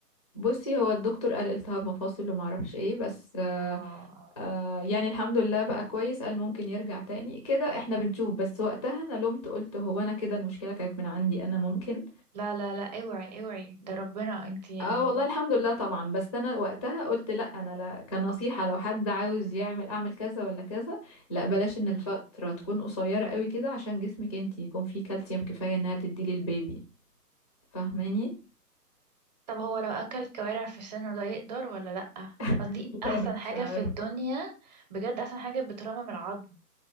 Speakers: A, on the left; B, on the right.
A: بصي هو الدكتور قال التهاب مفاصل وما اعرفش ايه بس آه
B: اه
A: يعني الحمد لله بقى كويس قال ممكن يرجع تاني كده احنا بنشوف بس وقتها انا لومت قلت هو انا كده المشكلة كانت من عندي انا ممكن
B: لا لا لا اوعي اوعي ده ربنا انتي يعني
A: اه والله الحمد لله طبعا بس انا وقتها قلت لا انا لا كنصيحة لو حد عاوز يعمل اعمل كذا ولا كذا لا بلاش ان
B: مم.
A: الفترة تكون قصيرة قوي كده عشان جسمك انتي يكون فيه كالسيوم كفاية انها تديلي البيبي فاهماني
B: طب هو لو اكل كوارع في سنه ده يقدر ولا لأ
A: <laughs>
B: قصدي احسن
A: لا
B: حاجة
A: مش عارفة
B: في الدنيا بجد احسن حاجة بترمم العظم